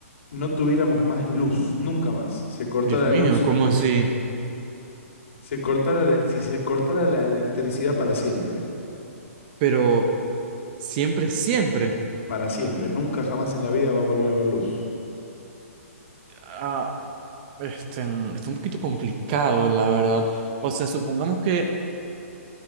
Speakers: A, on the left (about 60°); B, on the right (about 35°).
A: no tuviéramos más luz, nunca más? Se cortara
B: Dios
A: la
B: mío,
A: luz,
B: ¿cómo
A: la
B: así?
A: elec- se cortara, la- si se cortara la electricidad para siempre,
B: Pero siempre, siempre.
A: para siempre, nunca jamás en la vida va a volver a haber luz.
B: Ah, este, mm, está un poquito complicado, la verdad. O sea, supongamos que